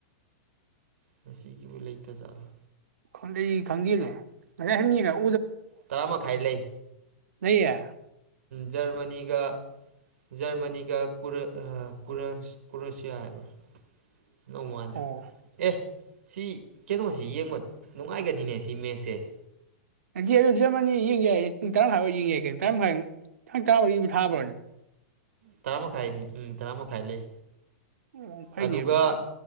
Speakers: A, on the right; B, on the right.
A: ꯉꯁꯤꯒꯤꯕꯨ ꯂꯩꯇꯖꯥꯠꯂꯣ
B: ꯈꯪꯗꯦ ꯈꯪꯗꯤꯅꯦ ꯉꯁꯥꯏ ꯍꯥꯏꯅꯤꯔ <unintelligible>
A: ꯇꯔꯥꯃꯈꯥꯏ ꯂꯩ
B: ꯅꯌꯦ
A: ꯖꯔꯃꯅꯤꯒ ꯖꯔꯃꯅꯤꯒ ꯀꯨꯔ ꯑ ꯀꯨꯔ ꯀꯨꯔꯁꯤꯌꯥ ꯍꯥꯏꯕ꯭ꯔꯥ ꯅꯣꯡꯃꯥꯜꯂꯦ
B: ꯑꯣ
A: ꯑꯦ ꯁꯤ ꯀꯩꯅꯣꯁꯤ ꯌꯦꯡꯕ ꯅꯨꯡꯉꯥꯏꯒꯅꯤꯅꯦ ꯁꯤ ꯃꯦꯁꯁꯦ
B: <unintelligible> ꯑꯗꯨ ꯖꯔꯃꯅꯤ ꯌꯦꯡ ꯌꯥꯏ ꯄꯨꯡ ꯇꯔꯥ ꯃꯈꯥꯏꯐꯥꯎ ꯌꯦꯡꯒꯦ ꯌꯥꯏ ꯀꯩꯅꯣ ꯇꯔꯥꯃꯔꯤꯕꯨ ꯊꯥꯕ꯭ꯔꯅꯤ
A: ꯇꯔꯥꯃꯈꯥꯏꯅꯦ ꯎꯝ ꯇꯔꯥꯃ ꯈꯥꯏ ꯂꯩ
B: ꯑꯣ ꯐꯩꯅꯦꯕꯗꯤ
A: ꯑꯗꯨꯒ